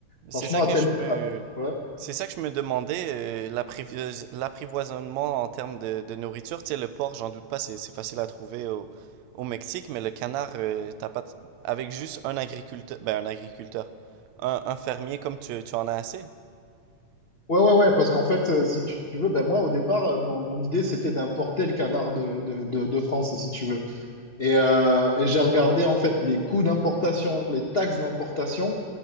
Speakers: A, on the right; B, on the left.
A: C'est
B: Franchement,
A: ça
B: à
A: que
B: tel
A: je
B: point.
A: me,
B: ah, Ouais.
A: c'est ça que je me demandais, euh, l'apprivois- l'apprivoisonnement en termes de, de nourriture. Tu sais, le porc, j'en doute pas, c'est c'est facile à trouver au, au Mexique, mais le canard, euh, t'as pas, t- avec juste un agriculteur, ben un agriculteur, un, un fermier comme tu, tu en as assez.
B: Ouais, ouais, ouais, parce qu'en fait, euh, si tu veux, ben moi, au départ, euh, mon, mon idée, c'était d'importer le canard de, de, de, de France, si tu veux. Et, euh, et j'ai regardé, en fait, les coûts d'importation, les taxes d'importation.